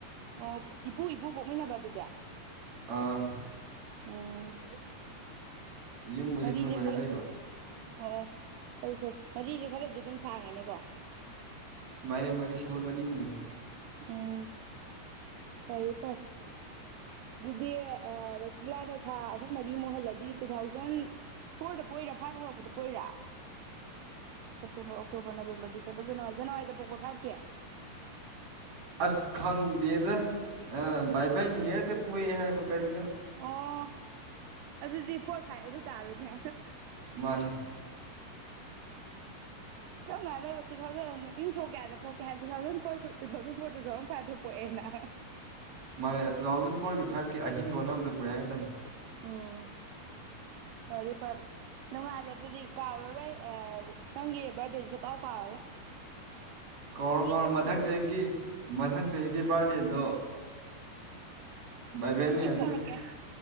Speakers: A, on the right; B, on the right.
A: ꯑꯣ ꯏꯄꯨ ꯏꯄꯨ ꯄꯣꯛꯃꯤꯟꯅꯕ ꯑꯗꯨꯗꯤ
B: ꯑꯥ
A: ꯎꯝ
B: ꯌꯨꯝꯕꯨꯗꯤ
A: ꯃꯔꯤꯁꯦ
B: ꯊꯪꯅꯔ
A: ꯈꯔ
B: ꯂꯩꯕ
A: ꯑꯣ ꯐꯩ ꯐꯩ ꯃꯔꯤꯁꯦ ꯈꯔꯗꯤ ꯑꯗꯨꯝ ꯁꯥꯡꯉꯦꯅꯦꯀꯣ
B: ꯃꯥꯏꯔꯦꯝ ꯃꯔꯤ ꯁꯦꯕꯣꯜ ꯃꯔꯤꯒꯨꯝꯕꯅꯤ
A: ꯎꯝ ꯐꯔ ꯐꯔ ꯑꯗꯨꯗꯤ ꯔꯣꯁꯤꯂꯥꯅ ꯊꯥ ꯑꯍꯨꯝ ꯃꯔꯤ ꯃꯨꯛꯍꯜꯂꯗꯤ ꯇꯨ ꯊꯥꯎꯖꯟ ꯐꯣꯔꯗ ꯄꯣꯏꯔꯥ ꯐꯥꯏꯚ ꯍꯧꯔꯛꯄꯗ ꯄꯣꯏꯔꯥ September October November December January ꯖꯅꯋꯥꯔꯤꯗ ꯄꯣꯛꯄ ꯐꯥꯏꯚꯀꯤ
B: ꯑꯁ ꯈꯪꯗꯦꯗ ꯕꯥꯏ ꯕꯥꯏ ꯅꯤꯌꯔꯗ ꯄꯣꯛꯑꯦ ꯍꯥꯏꯕ ꯀꯔꯤꯅꯣ
A: ꯑꯣ ꯑꯗꯨꯗꯤ ꯐꯣꯔ ꯐꯥꯏꯚ ꯑꯗꯨ ꯇꯥꯔꯦꯅꯦ
B: ꯃꯥꯅꯤ
A: ꯀꯝ ꯀꯥꯟꯅꯕ ꯇꯨ ꯊꯥꯎꯖꯟ ꯏꯪ ꯁꯣꯛ ꯀꯌꯥꯗ ꯄꯣꯛꯀꯦ ꯍꯥꯏ two thousand four two thousand four two thousand ꯐꯥꯏꯚꯇ ꯄꯣꯛꯑꯦꯅ
B: ꯃꯥꯅꯦ ꯇꯨ ꯊꯥꯎꯖꯟ ꯐꯣꯔꯒꯤ ꯐꯥꯏꯚꯀꯤ ꯑꯍꯤꯡ ꯂꯣꯟꯅꯕꯗ ꯀꯣꯏꯍ ꯑꯦꯗꯝꯝ
A: ꯎꯝ ꯐꯔꯦ ꯐꯔꯦ ꯅꯨꯡꯉꯥꯏꯔꯦ ꯑꯗꯨꯗꯤ ꯀꯥꯎꯔꯔꯣꯏ ꯅꯪꯒꯤ ꯕꯥꯔꯗꯦꯁꯤꯁꯨ ꯀꯥꯎ ꯀꯥꯎꯔꯔꯣꯏ
B: ꯀꯧꯔꯣ
A: ꯃꯤ
B: ꯀꯧꯔꯣ
A: ꯑꯇꯣꯞꯄꯅꯁꯨ
B: ꯃꯊꯪ ꯆꯍꯤꯒꯤ ꯃꯊꯪ ꯆꯍꯤꯒꯤ ꯕꯥꯔꯗꯦꯗꯣ ꯚꯏ ꯚꯦꯟꯅꯤ
A: ꯋꯤꯁ
B: ꯑꯗꯨꯅꯤ
A: ꯇꯧꯔꯛꯀꯦ